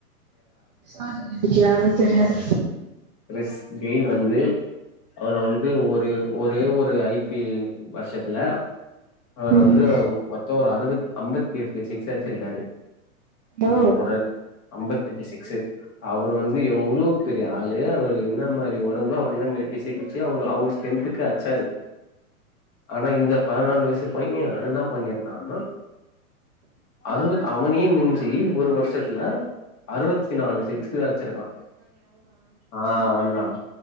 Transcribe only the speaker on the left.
கிறிஸ் கெய்ல் வந்து அவரு வந்து ஒரு ஒரே ஒரு ஐ பி எல் வருஷத்துல அவர்
வந்து மொத்தோ ஒரு அறுவத் ஐம்பத் எட்டு சிக்ஸ் அட்ச்சிருக்காரு
ஒரு ஐம்பத்தெட்டு சிக்ஸு அவரு வந்து எவ்ளோ பெர் அத்லேயே அவரு எந்த மாரி ஒடம்பு அவர் என்ன மாரி பிசிக் வச்சி அவரு அவர் ஸ்டரென்த்துக்கு அட்ச்சாரு ஆனா இந்த பதனாலு வயசு பைய என்னா பண்ணிருக்காங்கோ அறுவத் அவனேயே மிஞ்சி ஒரு வருஷத்துல அறுவத்தி நாலு சிக்ஸ்ரு அட்ச்சிருக்கா ஆ அவந்தா